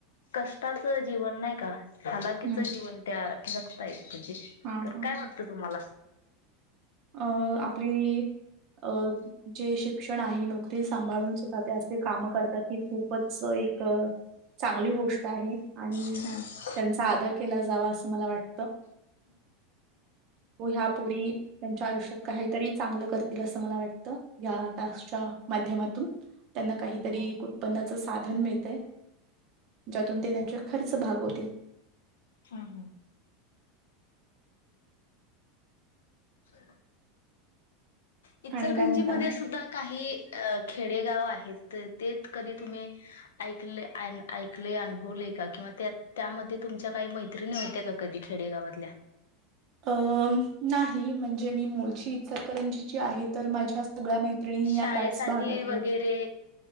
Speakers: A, on the left; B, on the right.
A: कष्टाचं जीवन नाही का. हालाकीचं
B: हं.
A: जीवन त्या जगतायत पण ते,
B: हां,
A: तर
B: हां.
A: काय वाटत. तुम्हाला.
B: अ आपली अ जे शिक्षण आहे ना. ती सांभाळून सुद्धा ते असे काम करतात, ही खूपच एक. चांगली गोष्ट आहे आणि
A: हम्म.
B: त्यांचा आदर केला जावा असं मला वाट. ह्या पोरी त्यांच्या आयुष्यात काहीतरी चांगलं करतील असं मला वाटत या टास्कच्या माध्यमातून त्यांना काहीतरी
A: हा
B: उत्पन्नाच साधन मिळतय ज्यातून ते त्यांच्या खर्च भागवतील
A: हा हं. ह. इचरगंजीमध्येध्ये
B: आणि काय म्हणता मॅ
A: सुद्धा काही अ खेडेगाव आहेत तर ते कधी तुम्ही? ऐकले ऐकले अनुभवले का किंवा त्या त्यामध्ये तुमच्या काही मैत्रिणी होत्या का कधी खेडेगावातल्या
B: अ नाही म्हणजे मी मुलची इच्छकरंजी जी आहे तर माझ्या सगळ्या माै
A: शाळेसाठी
B: या त्याच भागातील
A: वगैरे